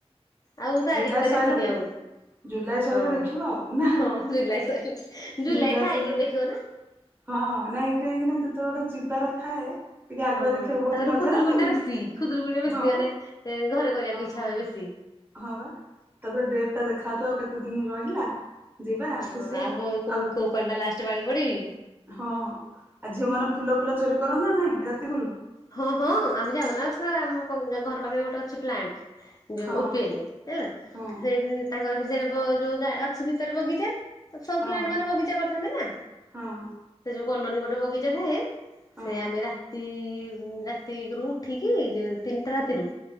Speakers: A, on the left (about 35°); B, on the right (about 20°).
A: ଆଉ ତାରିଖ
B: ଜୁଲାଇ
A: ଟା
B: ସଇଲେ
A: ଦେଖିନି
B: ଦେ
A: ଆଉ
B: ଜୁଲାଇ ସଇଲେ
A: ହଁ।
B: ଦେଖିବୁ ଆଉ ନାଁ?
A: ହଁ ଜୁଲାଇ ସରିଲେ
B: ଜୁଲାଇ
A: ଥାଇକିନି
B: ସଇଲେ ଦେଖି
A: ଦେଖିବ ନା।
B: ହଁ ନାଇଁ କାହିଁକି ନା ଯେତେବେଳେ ଗୋଟେ ଯିବାର ଥାଏ। ଟିକେ ଆଗୁଆ
A: ହଁ, ହଁ,
B: ଦେଖିବାକୁ ବହୁତ
A: ତାପରେ
B: ମଜା
A: ଖୁଦୁରୁକୁୁଣୀଟା
B: ଆସେନି?
A: ବେଶୀ, ଖୁଦୁରୁକୁୁଣୀ ବେଶୀ
B: ହଁ ବା
A: ମାନେ, ଏଁ ଘରେ କରିବାକୁ
B: ହଁ,
A: ଇଚ୍ଛା ହୁଏ ବେଶୀ।
B: ହଁଅଁପା, ତାପରେ ଡେଟ୍ ଟା ଦେଖାହଉଥିବ ଆଉ କେତେ ଦିନି ରହିଲା। ଯିବା
A: ଅଁ
B: ଖୁସି ହବା
A: ଆଉ କୋଉ କୋଉ
B: ଆଉ
A: କୋଉ ପାଳିଟା ଲାଷ୍ଟ ପାଳି ପଡିବି କି?
B: ହଁ, ଆ ଝିଅମାନେ ଫୁଲ ଫୁଲ ଚୋରି କରନା ନାଇଁ ରାତିକୁରୁ?
A: ହଁ ହଁ ଆମେ ଯାଉ ନାଥ୍ ଆମ ପ୍ ଘର ପାଖରେ ଗୋଟେ ଅଛି ପ୍ଲାଣ୍ଟ। ଯୋଉ
B: ହଁ
A: ଓପିଏଲେ ହେଲା,
B: ହଁ
A: ସେଇ ଦି ତାଙ୍କର <unintelligible> ବ ଯୋଉ ଗା ଅଛି ଭିତରେ ବଗିଚା। ସବୁ
B: ହଁ
A: ପ୍ଲାଣ୍ଟ ମାନେ ବଗିଚା କରିଥାନ୍ତି ନା,
B: ହଁ
A: ସେ ଯୋଉ କଲୋନୀ ପଟେ ବଗିଚା ଥାଏ
B: ହଁ
A: ସେ ଆମେ ରାତି ରାତି ଏକରୁୁ ଉଠିକି ଯୋଉ ତିନିଟା ରାତିରୁ
B: ହଁ